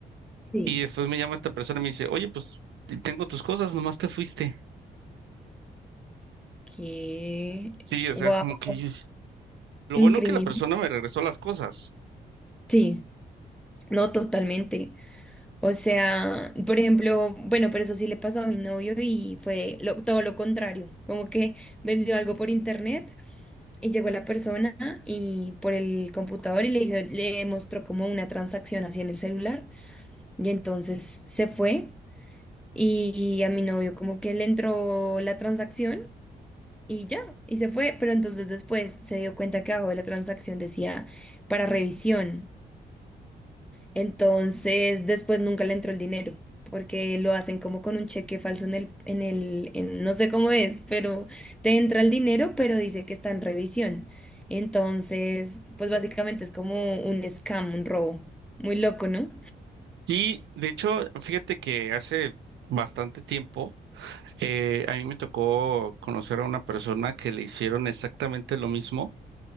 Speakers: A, in the centre; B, on the right.
A: Sí.
B: Y después
A: <laughs>
B: me llama esta persona y me dice, oye, pues tengo tus cosas, nomás te fuiste.
A: Que,
B: Sí, o sea,
A: wow,
B: es como que yo- Lo
A: increíble.
B: bueno que la persona me regresó las cosas.
A: Sí. No, totalmente. O sea, por ejemplo, bueno, pero eso sí le pasó a mi novio y fue lo- todo lo contrario, como que vendió algo por internet y llegó la persona y por el computador y le dijo- le mostró como una transacción así en el celular y entonces se fue y a mi novio como que le entró la transacción y ya, y se fue, pero entonces después se dio cuenta que abajo de la transacción decía para revisión. Entonces, después nunca le entró el dinero, porque lo hacen como con un cheque falso en el, en el, en- no sé cómo es, pero te entra el dinero, pero dice que está en revisión. Entonces, pues básicamente es como un scam, un robo. Muy loco, ¿no?
B: Sí, de hecho, fíjate que hace bastante tiempo eh, a mí me tocó conocer a una persona que le hicieron exactamente lo mismo